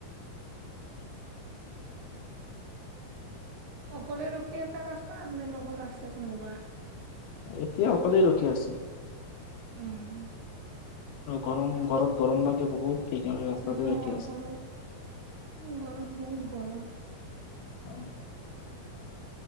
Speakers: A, on the right; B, on the left.
A: অকলে ৰখি আছা ৰাস্তাত নে লগৰ আছে কোনোবা?
B: এতিয়া অকলেই ৰখি আছো।
A: উম, উম।
B: গৰম ঘৰত গৰম লাগে বহুত। সেইকাৰণে ৰাস্তাতে
A: অ',
B: ৰখি আছো
A: ঘৰত ঘৰত বহুত গৰম।
B: অ